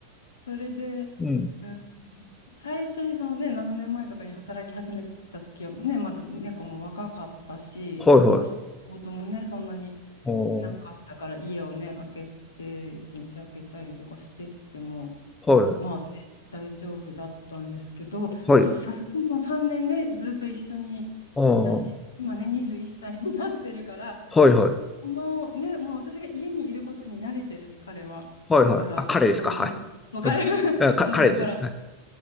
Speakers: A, on the left; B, on the left.
A: それで、
B: うん、
A: う最初にそのね、7年前とかに働き始めた時はね、まだ猫も若かったし、
B: はい、はい、
A: その仕事もね、そんなに
B: うーん、
A: なかったから家をね、開けて、一日開けたりとかしてっても、
B: はい、
A: まあね、大丈夫だったんですけど、
B: はい、
A: ちょっとさすがにその3年ねんね、ずっと一緒にいたし、
B: ああ、
A: 今ね、21歳になってるから、
B: はいはい。
A: このね、もう私が家にいることに慣れてるし、彼は。
B: はいはい。
A: だから、
B: あ、彼ですか。
A: そう、
B: はい。
A: そう、そう彼は、
B: うん。あ、
A: <laughs>
B: か、
A: そう、
B: 彼ですよ。
A: だから、
B: はい。